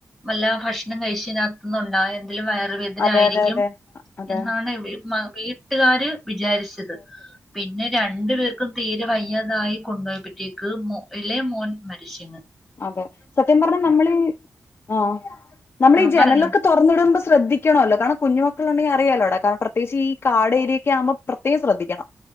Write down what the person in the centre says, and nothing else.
വല്ല ഭക്ഷണം കഴിച്ചു ഇനിനാത് ത്തുന്നുണ്ടാ എന്തേലും വയറുവേദന
ആയിരിക്കും
എന്നാണ് മാ വീട്ടുകാര് വിചാരിച്ചത് പിന്നെ രണ്ടു പേർക്കും തീരെ വയ്യാതായി കൊണ്ടുപോയപ്പോഴത്തേക്ക് മോ ഇളയ മോൻ മരിച്ചു
ആ
പറഞ്ഞോ